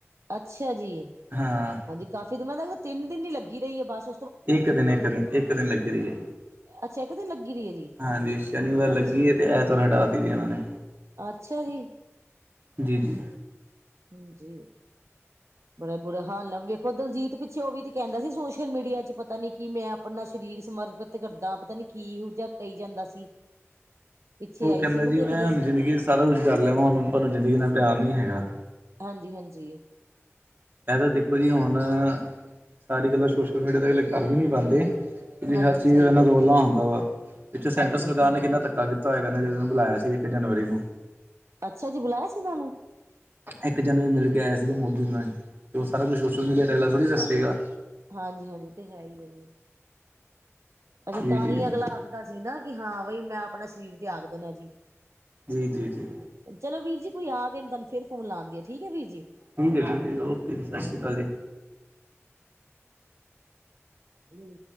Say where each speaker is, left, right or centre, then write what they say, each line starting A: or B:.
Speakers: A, on the right; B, on the right.
A: ਅੱਛਾ ਜੀ।
B: ਹਾਂ।
A: ਹਾਂਜੀ ਕਾਫੀ ਮਤਲਬ ਤਿੰਨ ਨੀ ਲੱਗੀ ਰਹੀ ਏ ਬੱਸ
B: ਇੱਕ ਦਿਨ-ਇੱਕ ਦਿਨ-ਇੱਕ ਦਿਨ ਲੱਗੀ ਰਹੀ ਏ।
A: ਅੱਛਾ ਇੱਕ ਦਿਨ ਲੱਗੀ ਰਹੀ ਏ ਜੀ।
B: ਹਾਂਜੀ ਸ਼ਨੀਵਾਰ ਲੱਗੀ
A: ਅੱਛਾ
B: ਏ ਤੇ ਐਤਵਾਰ ਹਟਾਤੀ ਜੀ ਇਹਨਾਂ ਨੇ
A: ਅੱਛਾ ਜੀ।
B: ਜੀ-ਜੀ।
A: ਹਾਂਜੀ। ਬੜਾ ਬੁਰਾ ਹਾਲ ਨਾਲ ਵੇਖੋ ਦਲਜੀਤ ਪਿੱਛੇ ਉਹ ਵੀ ਤੇ ਕਹਿੰਦਾ ਸੀ ਸੋਸ਼ਲ ਮੀਡੀਆ ਚ ਪਤਾ ਨੀ ਕਿ ਮੈਂ ਆਪਣਾ ਸਰੀਰ ਸਮਰਪਿਤ ਕਰਦਾ ਪਤਾ ਨੀ ਕੀ ਜਾ ਕਹੀ ਜਾਂਦਾ ਸੀ। ਪਿੱਛੇ
B: ਉਹ
A: ਆਈ
B: ਕਹਿੰਦਾ
A: ਸੀ ਨਾ
B: ਜੀ
A: ਦੇਖਦੇ
B: ਮੈਂ
A: ਸੀ
B: ਜ਼ਿੰਦਗੀ ਸਾਰਾ ਕੁਛ ਕਰ ਲਿਆਵਾਂ ਹੁਣ ਤੁਹਾਨੂੰ ਜ਼ਿੰਦਗੀ ਨਾਲ ਪਿਆਰ ਨਹੀਂ ਹੈਗਾ।
A: ਹਾਂਜੀ-ਹਾਂਜੀ।
B: ਇਹ ਤਾਂ ਦੇਖੋ ਜੀ, ਹੁਣ ਸਾਰੀ ਗੱਲਾਂ ਸੋਸ਼ਲ ਮੀਡੀਆ ਤੇ ਹਲੇ ਕਰ ਵੀ ਨੀ ਪਾਂਦੇ। ਕਿਉਂਕਿ,
A: ਹਾਂਜੀ
B: ਹਰ ਚੀਜ਼
A: ਸਹੀ
B: ਦਾ ਇੰਨਾ
A: ਗੱਲ
B: ਰੌਲਾ
A: ਹੈ ਜੀ।
B: ਹੁੰਂਦਾ ਵਾ। ਇੱਥੇ ਸੈਂਟਰ
A: ਹਾਂਜੀ
B: ਸਰਕਾਰ
A: ਉਹ ਤੇ
B: ਨੇ
A: ਹੈ
B: ਕਿੰਨਾ
A: ਜੀ
B: ਧੱਕਾ ਕੀ ਤਾ ਹੋਏਗਾ ਜਦੋ ਇਨੂੰ ਬੁਲਾਇਆ ਸੀ, ਇੱਕ ਜਨਵਰੀ ਨੂੰ-
A: ਅੱਛਾ ਜੀ। ਬੁਲਾਇਆ ਸੀ, ਇਹਨਾਂ ਨੂੰ-
B: ਇੱਕ ਜਨਵਰੀ ਮਿਲ ਕੇ ਆਇਆ ਸੀਗਾ ਮੋਦੀ ਨੂੰ ਮੈਂ ਇਹ ਉਹ ਸਾਰਾ ਕੁਛ ਸੋਸ਼ਲ ਮੀਡੀਆ ਤੇ ਅਗਲਾ ਥੋੜ੍ਹੀ ਦੱਸੇਗਾ।
A: ਹਾਂਜੀ-ਹਾਂਜੀ ਉਹ ਤੇ ਹੈ ਹੀ ਹੈ ਜੀ। ਅੱਛਾ,
B: ਜੀ
A: ਤਾਂਹੀ
B: ਜੀ
A: ਅਗਲਾ ਆਖਦਾ ਸੀ। ਨਾ ਕਿ ਹਾਂ ਬਈ ਮੈਂ ਆਪਣਾ ਸਰੀਰ ਤਿਆਗ ਦੇਣਾ ਜੀ।
B: ਜੀ-ਜੀ-ਜੀ।
A: ਚਲੋ ਵੀਰ ਜੀ, ਕੋਈ ਆ ਗਿਆ। ਤੁਹਾਨੂੰ ਫਿਰ ਫੋਨ ਲਾਂਦੀ ਆਂ ਠੀਕ ਹੈ, ਵੀਰ ਜੀ।
B: ਠੀਕ ਹੈ-ਠੀਕ ਹੈ, ਓਕੇ ਜੀ। ਸਤਿ ਸ਼੍ਰੀ ਅਕਾਲ ਜੀ।
A: ਹੂੰ।